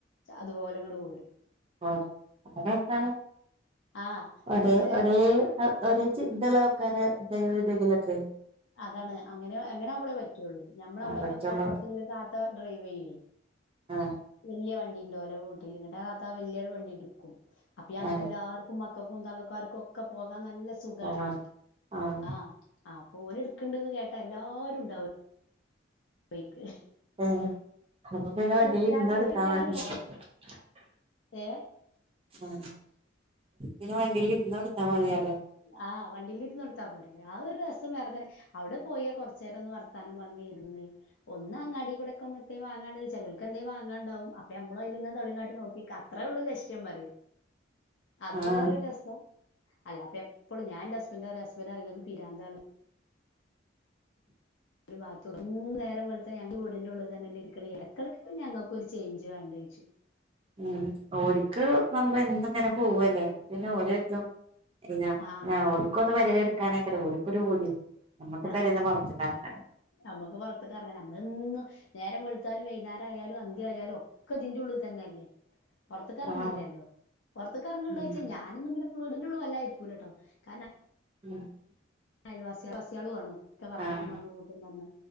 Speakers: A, on the left; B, on the right.
A: അതുപോലെ ഇങ്ങൂടെ പോരും
B: ആ അങ്ങനൊണ്
A: ആഹ്
B: അതെ
A: ഇവിടുത്തെ
B: ഒരേ ഒരേ ചിന്തല ആൾക്കാര ദൈവതെങ്കിലൊക്കെ
A: അതാണ് അങ്ങനെ അങ്ങനെ ആകുമ്പോളേ പറ്റുവുള്ളൂ ഞമ്മള അവിടെപ്പറത്തുള്ളത്ത
B: പടച്ചോനോ
A: ഡ്രൈവ് ചെയ്യേ
B: ആഹ്
A: വലിയ വ ണ്ടോല വീട്ടിൽ ഇത്ത വല്യരു വണ്ടി എടുക്കും അപ്പ ഞങ്ങക്ക്
B: ആഹ്
A: എല്ലാവർക്കും ക്കക്കും തള്ളക്കും ആർക്കും ഒക്കെ പോകാൻ നല്ല സുഖാണ്
B: പോവാ ആഹ്
A: ആ ആ ഓര് എടുക്കണ്ടന്ന് കേട്ടാ എല്ലാരും ഉണ്ടാവ പോയിക്ക്
B: <unintelligible>
A: കുട്ട്യാള് വല്യ കുട്ട്യാളെല്ലാം പോകാതെ നിക്കും. ഏഹ്
B: ആ എന് വണ്ടിൽ ഇരുന്ന് എടുത്താ മതിയറ
A: ആഹ് വണ്ടിയിലിരുന്ന് കൊടുത്താ പോരെ ആ ഒരു രസം വേറെ തന്നെ അവിടെ പോയ കൊറച്ചു നേരൊന്ന് വർത്താനും പറഞ്ഞ് ഇരുന്ന് ഒന്ന് അങ്ങാടി കൂടെ ഒക്കന്ന് വാങ്ങാ ചിലക്ക് എന്തേ വാങ്ങാണ്ടാവും അപ്പൊമ്മ <unintelligible> നോക്കിനിക്ക അത്രള്ളൂ ലക്ഷ്യം പറയും അത്
B: ആഹ്
A: വേറ രസ അല്ല ഇപ്പോൾ ഞാന്റെ ഹസ്ബൻഡ് ആ ഹസ്ബൻഡ ആങ്ങക്ക് പിരാന്താണ് ഒരു ബാത്റൂം നേരം കൊലുത്ത ഞങ്ങ വീടിന്റെ ഉള്ളിൽ തന്നെല്ല ഇരിക്ക ഇരക്കളക്ക് ഞങ്ങക്കൊരു ചേഞ്ച് വേണ്ട് ഇജും
B: ഉം ഓര്ക്ക് നപ എന്നും ഇങ്ങനെ പോവല്ലേ പിന്നെ ഓലരിതും ഞാ
A: ആഹ്
B: ഞാ ഓക്കൊന്ന് പരില എടുക്കാനക്കറി ഓക്കൊരു പൂതി നമ്മക്ക്
A: അതാണ്
B: പെരേന്ന് പൊറത്ത്ക്കെറങ്ങണ്ടേ
A: നമ്മുക്ക് പുറത്തക്ക ഇറങ്ങൻ നമ്മള ഇന്ന് നേരം വളത്താലും വൈകുന്നേരം ആയാലും അന്ത്യ ആയാലും ഒക്കെ ഇതിൻ്റെ ഉള്ളിൽ തന്നെ അല്ലേ പുറത്തക്ക് ഇറങ്ങണില്ലല്ലോ
B: ആഹ്
A: പുറത്തക്ക ഇറങ്ങണ്ട
B: ഉം
A: ചോച്ചാ ഞാനൊന്നും വീടിൻ്റുള്ളി വല്ല ഇരിക്കൂലട്ടോ കാരണം
B: ഉം
A: അയൽവാസിവാസികളു ആണ് ഒക്കെ വർത്താനം
B: ആഹ്
A: പറഞ്ഞു കൂട്ടു പറഞ്ഞ്